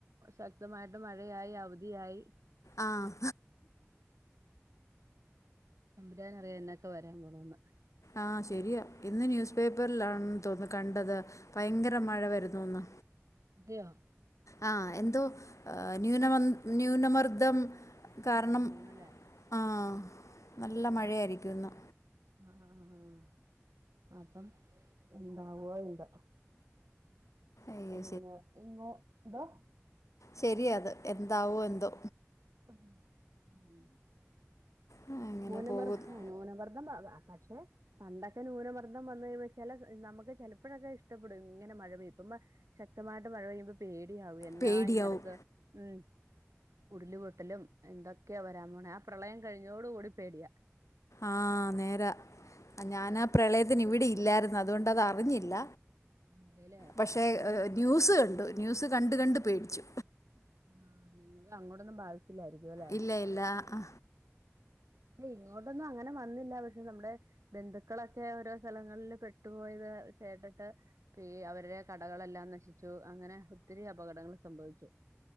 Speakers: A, on the right; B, on the left.
A: ശക്തമായിട്ട് മഴയായി അവധിയായി
B: ആഹ്
A: തമ്പുരാനറിയ എന്നൊക്കെ വരാൻ പോണുന്ന്
B: ആ ശരിയ ഇന്ന് ന്യൂസ് പേപ്പറിലാാണ് തോന്നുന്നു കണ്ടത് ഭയങ്കര മഴ വരുന്നുന്ന്
A: തയോ
B: ആ എന്തോ ന്യൂനമ ന്യൂനമർദം കാരണം
A: വരാൻ പോണൂന്നല്ലേ
B: ആഹ് നല്ല മഴയായിരിക്കും
A: ആഹ്
B: ഇന്ന്
A: ആഹ് ആഹ് അപ്പം ഉണ്ടാവോ എന്തോ
B: അയ്യോ
A: പിന്നെ ഇങ്ങോ തൊ
B: ശരിയാത് എന്താവോ എന്തോ
A: ഉം ഉം
B: ആ, അങ്ങനെ
A: ന്യൂനമർഹ്.
B: പോകുന്നു
A: ന്യൂനമർദ്ദം പക്ഷെ പണ്ടൊക്കെ ന്യൂനമർദ്ദ വസന്തം വന്ന് കഴിയ്പ ചെല നമക്ക് ചെലപ്പഴൊക്കെ ഇഷ്ടപ്പെടും ഇങ്ങനെ മഴ പെയുമ്പ. ശക്തമായിട്ട് മഴ പെയ്യുമ്പ പേടിയാവ എന്നാ
B: പേടിയാവും
A: ഇനി അടുത്ത് ഉം ഉടുല് പൊട്ടലും എന്തൊക്കെയാ വരാണ ആ പ്രളയം കഴിഞ്ഞോട് കൂടി പേടിയാ.
B: ആ നേര ആ ഞാനാ പ്രളയത്തിന് ഇവിടെ ഇല്ലായിരുന്നു. അതുകൊണ്ടത് അറിഞ്ഞില്ല.
A: അതെല്ലേ
B: പക്ഷേ
A: നിങ്ങൾ
B: ന്യൂസ് കണ്ട്. ന്യൂസ് കണ്ട പ കണ്ട് പേടിച്ചു
A: ആ ഇന്ന് അങ്ങോട്ടൊന്നും ബാധിച്ചില്ലായിരിക്കും അല്ലെ
B: ഇല്ല ഇല്ല ആഹ്
A: ഇങ്ങോട്ടൊന്നും അങ്ങനെ വന്നില്ല പക്ഷെ നമ്മുടെ ബന്ധുക്കളൊക്കെ ഓരോ സ്ഥലങ്ങളില്. പെട്ടുപോയത് കേട്ടിട്ട് പി അവരുടെ കടകളെല്ലാം നശിച്ചു അങ്ങനെ ഒത്തിരി അപകടങ്ങള് സംഭവിച്ചു.